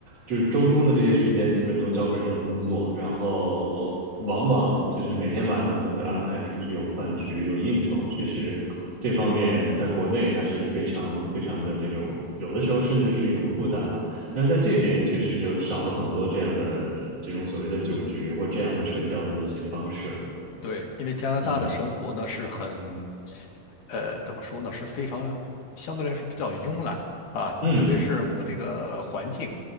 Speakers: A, on the right; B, on the left.
A: 就是周中的这些时间基本都交给了工作，然后往往就是每天晚上都会安排出去有饭局、有应酬，确实。这方面在国内它是非常非常的这种，有的时候甚至是一种负担吧。但是在这边确实就少了很多这样的呃这种所谓的酒局或这样的社交的一些方式了。
B: 对，因为加拿大的生活呢是很，
A: 嗯
B: 呃，怎么说呢，是非常相对来说比较慵懒啊，
A: 嗯
B: 特别是我们这个环境